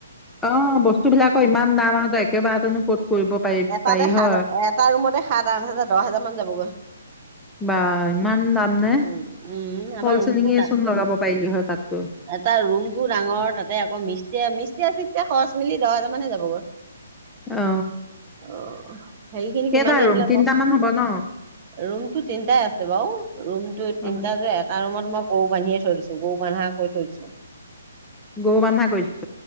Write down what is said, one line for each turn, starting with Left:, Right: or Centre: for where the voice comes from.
Centre: অ বস্তু বিলাকৰ ইমান দাম আও যে একেবাৰতেনো ক'ত কৰিব পাৰি
Right: এটাতে
Centre: পাৰি হয়
Right: সাত এটা ৰুমতে সাত আঠ হাজাৰ বাৰ হাজাৰ মান যাবগৈ।
Centre: বা ইমান দাম নে
Right: উম! উম!
Centre: ফল
Right: আমাৰ ৰুমটো
Centre: চিলিঙিয়ে চোন লগাব পাৰিলি হয় তাতকৈ
Right: এটা ৰুমটো ডাঙৰ তাতে আকৌ মিষ্টয়ে মি এতিয়া তেতিয়া খৰচ মিলি দহ হোজাৰ মানে যাব গ'
Centre: অ
Right: অ হেৰিখিনি
Centre: কেইটা
Right: কিমান দি
Centre: ৰুম
Right: আনিলে
Centre: তিনটামান
Right: মই
Centre: হ'ব ন
Right: ৰুমটো তিনটাই আছে বাও ৰুমটো তিনিটা
Centre: অ
Right: যে এটা ৰুম ত মই গৰু বান্ধিয়ে থৈ দিছোঁ গৰু বান্ধা কৰি থৈছোঁ।
Centre: গৰু বান্ধা কৰিছ